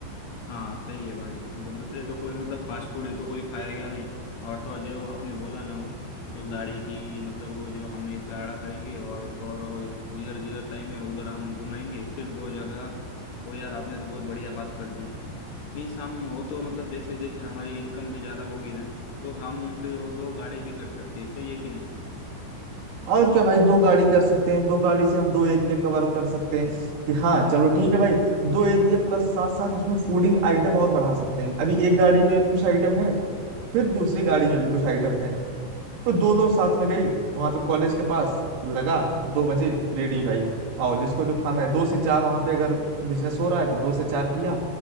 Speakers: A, on the left; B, on the right.
A: हाँ सही है भाई ब- दूसरे तो कोई मतलब फास्ट फूड है तो कोई खाएगा नहीं और तो और जो आपने बोला ना वो जो गाड़ी की मतलब वो जो हम एक गाड़ा करेंगे और तो और वो जिधर जिधर टाइम है उधर हम घुमाएंगे सिर्फ दो जगह वो यार आपने तो बहुत बढ़िया बात कर दी मीन्स हम वो तो मतलब जैसे जैसे हमारी इनकम भी ज्यादा होगी ना तो हम फिर वो दो गाड़ी भी कर सकते हैं सही है कि नहीं
B: और क्या भाई दो गाड़ी कर सकते हैं दो गाड़ी से हम दो एरिया कवर कर सकते हैं कि हाँ चलो ठीक है भाई दो एरिया प्लस साथ साथ उसमें फूडिंग आइटम और बढ़ा सकते हैं अभी एक गाड़ी में कुछ आइटम है फिर दूसरी गाड़ी में भी कुछ आइटम है तो दोनों साथ में गई वहां पे कॉलेज के पास लगा दो बजे रेडी भाई आओ जिसको जो खाना है दो से चार वहां पे अगर बिजनेस हो रहा है तो दो से चार किया